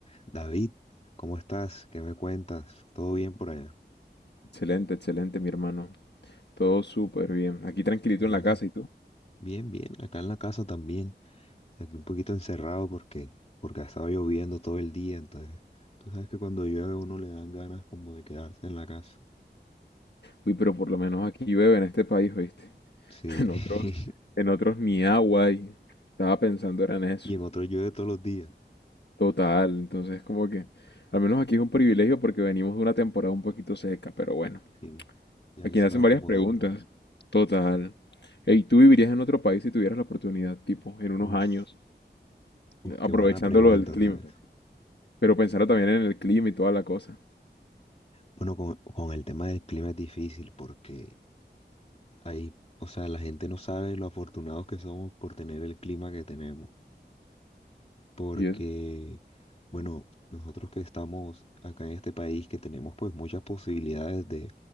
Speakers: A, on the left (about 35°); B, on the left (about 70°).
A: David, ¿cómo estás? ¿Qué me cuentas? ¿Todo bien por allá?
B: Excelente, excelente, mi hermano. Todo súper bien. Aquí tranquilito
A: Y
B: en la
A: eso,
B: casa, ¿y tú?
A: bien, bien, acá en la casa también, aquí un poquito encerrado porque, porque ha estado lloviendo todo el día, entonces, tú sabes que cuando llueve a uno le dan ganas como de quedarse en la casa.
B: Uy, pero por lo menos aquí llueve en este país, ¿oíste?
A: Sí,
B: <laughs> En
A: <laughs>
B: otros, en otros ni agua hay. Estaba pensando era en eso.
A: y en otro llueve todos los días,
B: Total, entonces como que, al menos aquí es un privilegio porque venimos de una temporada un poquito seca, pero bueno.
A: sí, y ahí
B: Aquí
A: se
B: hacen
A: va acomodando.
B: varias preguntas. Total. ¿Y tú vivirías en otro país si tuvieras la oportunidad, tipo, en unos
A: Uf,
B: años,
A: uf,
B: aprovechando
A: qué buena pregunta,
B: lo del clima?
A: ¿sabes?
B: Pero pensando también en el clima y toda la cosa.
A: Bueno, con, con el tema del clima es difícil porque ahí, o sea, la gente no sabe lo afortunados que somos por tener el clima que tenemos. porque,
B: Y es
A: bueno, nosotros que estamos acá en este país, que tenemos pues muchas posibilidades de,